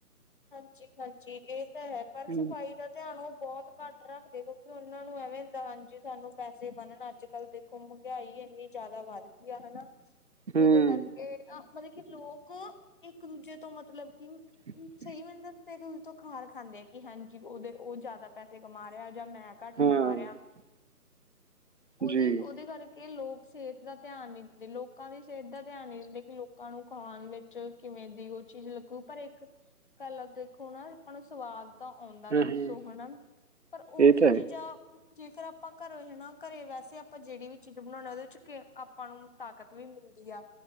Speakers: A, on the left; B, on the right.
A: ਹਾਂਜੀ ਹਾਂਜੀ ਇਹ ਤਾਂ ਹੈ ਪਰ ਸਫ਼ਾਈ।
B: ਹੂੰ
A: ਦਾ ਧਿਆਨ ਉਹ ਬਹੁਤ ਘੱਟ ਰੱਖਦੇ ਕਿਉਂਕਿ ਉਹਨਾਂ ਨੂੰ ਐਵੇਂ ਹੁੰਦਾ ਹਾਂਜੀ ਸਾਨੂੰ ਪੈਸੇ ਬਣਨ ਅੱਜ ਕੱਲ੍ਹ ਦੇ। ਹੁਣ ਮਹਿੰਗਾਈ ਐਨੀਂ ਜ਼ਿਆਦਾ ਵੱਧ ਗਈ ਆ ਹਨਾ।
B: ਹੂੰ
A: ਜਿਹਦੇ ਕਰਕੇ ਮਤਲਬ ਕਿ ਲੋਕ ਇੱਕ ਦੂਜੇ ਤੋਂ ਮਤਲਬ ਕਿ।
B: ਹੂੰ।
A: ਸਹੀ ਮਿਹਨਤ ਤੋਂ ਖਾਰ ਖਾਂਦੇ ਆ ਕਿ ਹਾਂਜੀ ਉਹਦੇ ਉਹ ਜ਼ਿਆਦਾ। ਪੈਸੇ ਕਮਾ ਰਿਹਾ ਜਾਂ ਮੈਂ ਘੱਟ
B: ਹਾਂ
A: ਕਮਾ ਰਿਹਾ ਉਹਦੀ
B: ਜੀ
A: ਉਹਦੇ ਕਰਕੇ। ਕਿ ਲੋਕ ਸਿਹਤ ਦਾ ਧਿਆਨ ਨੀ ਦਿੰਦੇ, ਲੋਕਾਂ ਦੀ ਸਿਹਤ ਦਾ ਧਿਆਨ ਨੀ ਦਿੰਦੇ, ਕਿ ਲੋਕਾਂ ਨੂੰ ਖਾਣ ਵਿੱਚ। 'ਚ ਕਿਵੇਂ ਦੀ ਉਹ ਚੀਜ਼ ਲੱਗੂ ਪਰ ਇੱਕ। ਪਹਿਲਾਂ ਦੇਖੋ ਹਨਾ ਆਪਾਂ ਨੂੰ ਸਵਾਦ ਤਾਂ ਆਉਂਦਾ
B: ਹੂੰ
A: ਦੱਸੋ
B: ਹੂੰ
A: ਹਨਾ ਪਰ ਉਹੋ
B: ਇਹ
A: ਜਿਹੀਆਂ
B: ਤਾਂ
A: ਚੀਜ਼ਾਂ।
B: ਹੈ
A: ਜੇਕਰ ਆਪਾਂ ਘਰੇ ਹਨਾ ਘਰੇ ਵੈਸੇ ਆਪਾਂ ਜਿਹੜੀ ਵੀ ਚੀਜ਼ ਬਣਾਉਂਦੇ ਉਹਦੇ 'ਚ ਆਪਾਂ ਨੂੰ। ਤਾਕਤ ਵੀ ਮਿਲਦੀ ਆਂ